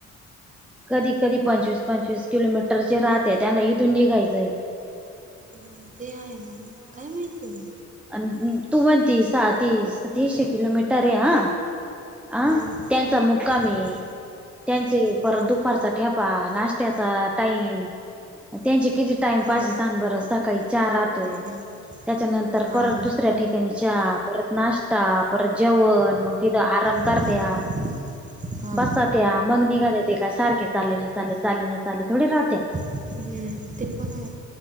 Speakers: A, in the centre; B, on the right.
A: कधी कधी पंचवीस पंचवीस किलोमीटरचे राहते त्यांना इथुन निघायचय.
B: हा ते आहे मग काय माहितीय.
A: अ तू म्हणती सहा तीस तीनशे किलोमीटर. तर हा अ
B: हां
A: त्यांचा मुक्काम आहे
B: हां
A: त्यांचे
B: हां
A: चा ठेपा नाशत्याचा टाईम त्यांचे किती टाइम
B: हां
A: पास आहे सांग बर सकाळी चहा राहतो.
B: हं,
A: त्याच्यानंतर
B: हां
A: परत दुसऱ्या ठिकाणी चहा परत नाश्ता परत जेवण मग तिथ आराम करत्या
B: हम्म. हां
A: बसात्या मग निघातात तीथू काय सारखे चालेल ना चालेल चालेल ना चालेल थोडी राहत्या‌
B: हम्म, ते पण हाय.